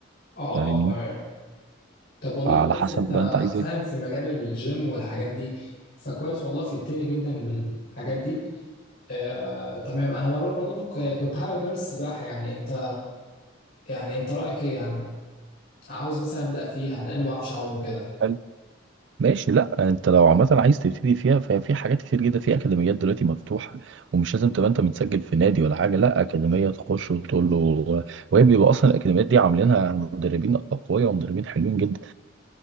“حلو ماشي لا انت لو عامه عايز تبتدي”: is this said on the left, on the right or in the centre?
Right